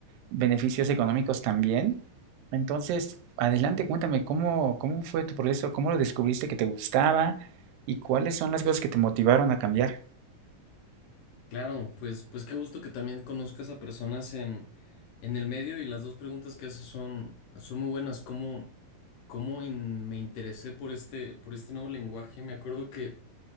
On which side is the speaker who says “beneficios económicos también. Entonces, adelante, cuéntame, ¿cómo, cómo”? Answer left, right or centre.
Right